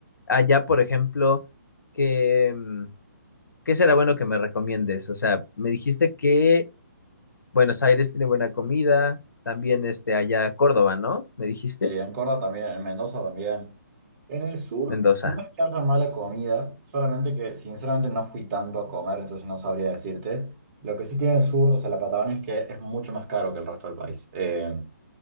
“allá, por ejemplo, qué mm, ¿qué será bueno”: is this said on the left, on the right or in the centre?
Left